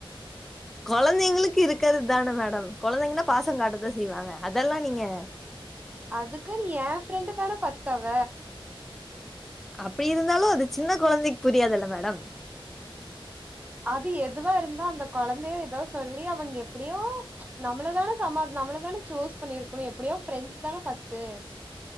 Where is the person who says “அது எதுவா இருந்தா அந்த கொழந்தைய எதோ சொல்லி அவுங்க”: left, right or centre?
Right